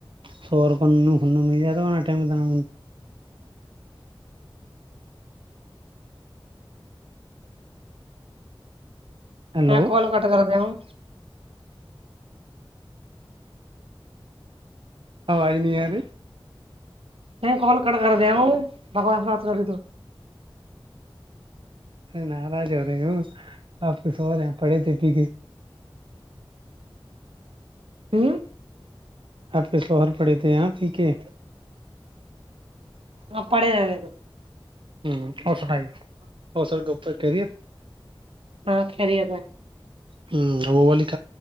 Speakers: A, on the right; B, on the right.
A: شور کون خن مل جاتا ہونا ٹم د م ہلو
B: ا کال کٹ کر دیا ہوں
A: آواز نہیں یار
B: نہیں کال کٹ کر د ہوں بگوان سرات کری تو
A: سر ناراج ہو رہی ہوں آپ کچھ ہو رہے ہیں پڑھے تھے پھے
B: ہوں
A: آپ کے شوہر پڑے تھے یہاں پی کے
B: آ پڑے ج
A: ہ اور سنائیے اور سرپ کہہ دیے
B: ہاں خری آ ب
A: ہوں ہم بالک